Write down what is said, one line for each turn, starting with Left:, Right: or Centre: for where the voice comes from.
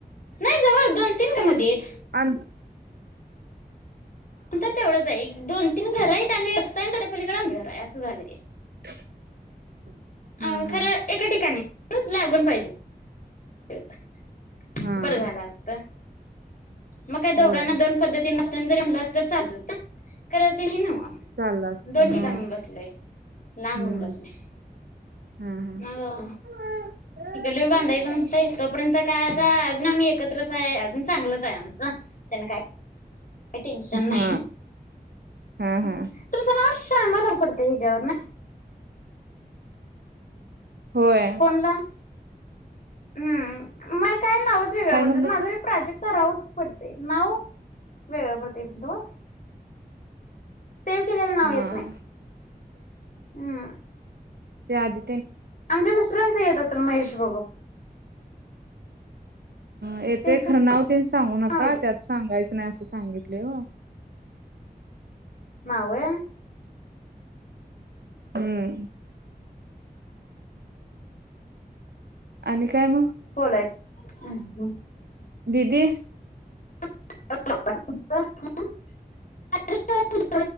Left: नाही जवळ दोन तीन दा मधी आहेत
Right: आन्
Left: नंतर तेवडचं आहे इ दोन तीन घर हाईत आणि स्टँन्ड आहे पालिकडं. लांब घर आहे अस झाल ते
Right: <inaudible>
Left: अ
Right: हा हा
Left: खरं एका लागून पाहिजे <inaudible>
Right: हा
Left: बर झाल असत. मग काय दोघांना
Right: होय
Left: दोन पद्धतीन <unintelligible> चालत होत खर दिली नव्ह
Right: चाललं असत
Left: दोन ठिकाणी
Right: हा
Left: बसलय लांब
Right: हम्म
Left: होऊन बसलय
Right: हम्म
Left: अअ
Right: हा
Left: तिकडली पण बांदायच
Right: हा
Left: म्हणतोय तोपर्यंत त काय आता आजून आम्ही एकत्रच हाय अजून चांगलचय त्यान काय टेंशन
Right: हा
Left: नाही
Right: हा हा
Left: तुमच नाव शामा धरपडतयं हेच्यावरण
Right: होय
Left: फोन ला म काय नावच वेगळ
Right: काय
Left: पडतय
Right: म्हणलंस
Left: प्राजक्ता राऊत पडतय नाव वेगळ पडतय म्हणतो सेव्ह केलेले नाव
Right: हा
Left: येत नाय हूं
Right: त्याआधी
Left: आमच्या मिस्टरांच येत आसल महेश <inaudible>
Right: येतय
Left: त्यांचं
Right: खर नाव तेन सांगू नका
Left: नाव आहे
Right: त्यात सांगायच नाय अस सांगित लय ओ
Left: नाव वय.
Right: हम्म. आणि काय म
Left: कोलाय अ हं.
Right: दिदी
Left: <inaudible>